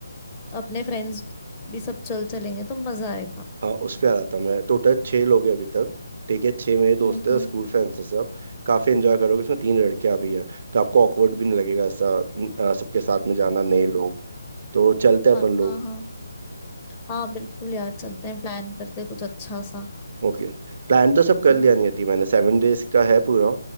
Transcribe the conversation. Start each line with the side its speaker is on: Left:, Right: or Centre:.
Left: अपने फ्रेंड्स भी सब चल चलेंगे तो मजा आएगा
Right: हाँ उस पे आ रहा था मैं टोटल छः लोग हैं अभी तक ठीक है छः मेरे दोस्त
Left: हम्म
Right: हैं
Left: हम्म
Right: स्कूल फ्रेंड्स हैं सब काफ़ी एंजॉय करोगे इसमें तीन लड़कियां भी हैं तो आपको ऑकवर्ड भी नहीं लगेगा ऐसा न- आ, सबके साथ में जाना नए लोग तो चलते हैं
Left: हाँ
Right: अपन लोग
Left: हाँ हाँ हाँ बिल्कुल यार चलते हैं प्लान करते हैं कुछ अच्छा सा
Right: ओके प्लान तो सब कर
Left: हम्म
Right: लिया नहीं थी मैंने सेवन डेज का है पूरा